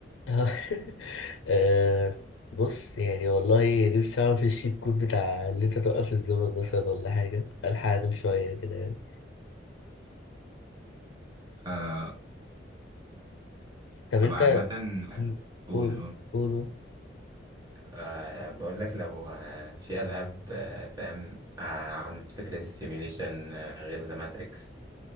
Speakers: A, on the left (about 80°); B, on the right (about 20°).
A: <laughs> آه، بص يعني والله نفسي أعرف الشيت كود بتاع اللي أنت توقف الزمن مثلا ولا حاجة ألحق أنام شوية كده يعني
B: آه
A: طب
B: طب
A: أنت
B: عامة
A: مم،
B: قول
A: قول
B: قول
A: قول
B: أه بقول لك لو آه، في ألعاب آه، فاهم آه، عملت فكرة السيميليشن آه، غير ذا ماتريكس